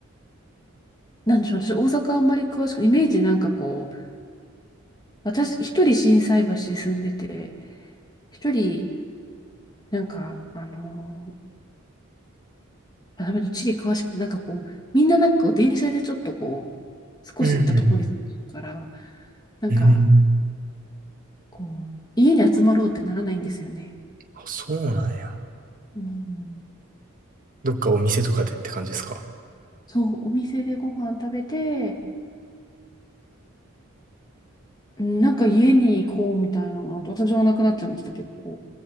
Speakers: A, on the left; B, on the right.
A: う、なんでしょう、私大阪あんまり詳しく、イメージなんかこう、私一人心斎橋住んでて、一人なんか、あのーあ、ダメだ、地理詳しく、なんかこう、みんななんかこう電車でちょっとこう、少し行ったところに住んでるから、
B: うん、
A: なんか
B: うん。うん。
A: こう、家に集まろうってならないんですよね。
B: あ、そうなんや。
A: うん、
B: どっかお店とかでって感じですか
A: そう、お店でご飯食べて、うんなんか家に行こうみたいなのが、私はなくなっちゃいました、結構。